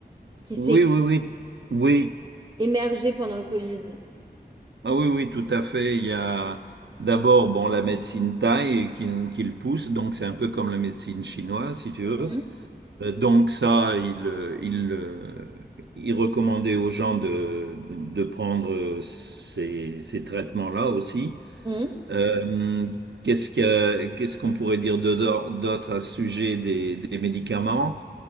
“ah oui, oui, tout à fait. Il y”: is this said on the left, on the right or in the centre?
Right